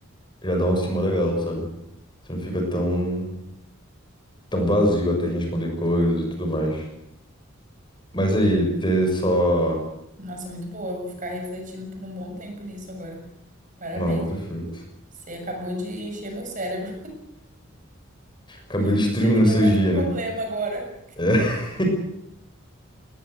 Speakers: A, on the left; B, on the right.
A: já dá uma estima legal, sabe? Você não fica tão, tão vazio até em responder coisas e tudo mais. Mas aí, ter só.
B: Nossa, muito boa. Eu vou ficar refletindo por um bom tempo nisso agora. Parabéns,
A: Não, perfeito.
B: viu? Você acabou de encher meu cérebro.
A: Acabei
B: <laughs>
A: destruindo
B: Você me deu
A: o seu
B: mais
A: dia,
B: um problema
A: né?
B: agora.
A: É.